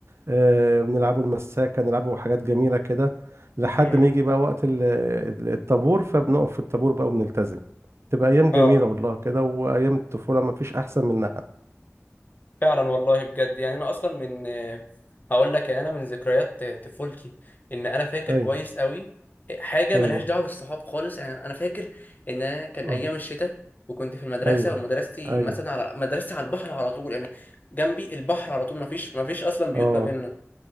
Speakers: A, on the right (about 60°); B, on the left (about 35°).
A: آه، بنلعبوا المساكه نلعبوا حاجات جميله كده لحد
B: امم
A: ما يجي بقى وقت ال- ال- الطابور فبنقف في الطابور بقى وبنلتزم تبقى ايام
B: اه
A: جميله والله كده وايام الطفوله ما فيش احسن منها
B: فعلا والله بجد يعني انا اصلا من آه، هقول لك يعني انا من ذكريات آه، طفولتي ان انا فاكر
A: ايوه
B: كويس قوي حاجه
A: ايوه
B: ملهاش دعوه بالصحاب خالص يعني انا فاكر ان انا كان
A: أمم،
B: ايام الشتاء وكنت في المدرسه
A: ايوه
B: ومدرستي
A: ايوه
B: مثلا على مدرستي على البحر على طول انا جنبي البحر على طول ما فيش ما فيش اصلا بيوت
A: اه
B: ما بيننا